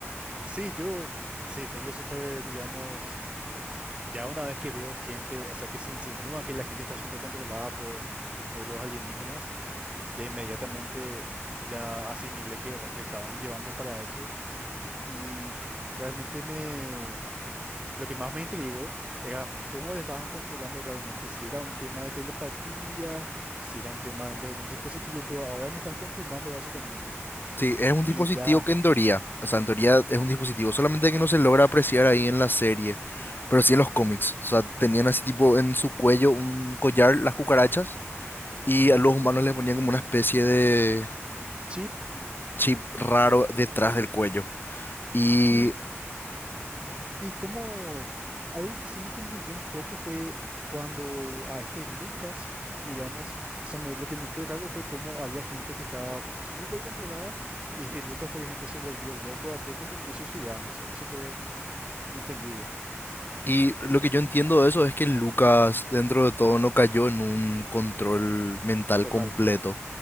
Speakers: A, on the right (about 25°); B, on the left (about 45°).
A: sí, yo, sí, tengo súper, digamos, ya una vez que veo gente, o sea, que se insinúa que la gente está siendo controlada por, por los alienígenas. Ya inmediatamente ya asimilé que o- le estaban llevando para eso y realmente me lo que más me intrigó era cómo le estaban controlando realmente, si era un tema de telepatía, si era un tema de algún dispositivo, pero ahora me estás confirmando básicamente.
B: Sí, es un dispositivo
A: Y ya
B: que en teoría, o sea, en teoría es un dispositivo, solamente que no se logra apreciar ahí en la serie, pero sí en los cómics. O sea, tenían así tipo en su cuello un collar, las cucarachas, y a los humanos les ponían como una especie de
A: chip
B: chip raro detrás del cuello. Y,
A: y Y como algo que sí me confundió un poco fue cuando a este Lucas, digamos, o sea, me- lo que me fue raro fue cómo había gente que estaba súper controlada y este Lucas, por ejemplo, se volvió loco de a poco y terminó suicidándose. Eso fue, no entendí bien.
B: y lo que yo entiendo de eso es que Lucas, dentro de todo, no cayó en un control mental
A: Total.
B: completo,